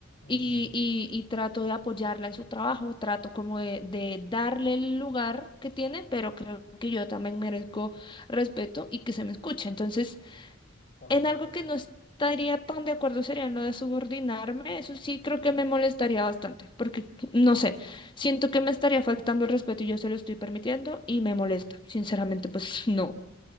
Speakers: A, on the left (about 45°); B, on the left (about 25°).
A: Ujú,
B: Y, y, y trato de apoyarla en su trabajo, trato como de, de darle el lugar que tiene, pero creo que yo también merezco respeto y que se me escuche. Entonces,
A: por
B: en
A: supuesto.
B: algo que no estaría tan de acuerdo sería en lo de subordinarme. Eso sí creo que me molestaría bastante, porque no sé, siento que me estaría faltando el respeto y yo se lo estoy permitiendo y me molesta. Sinceramente, pues no,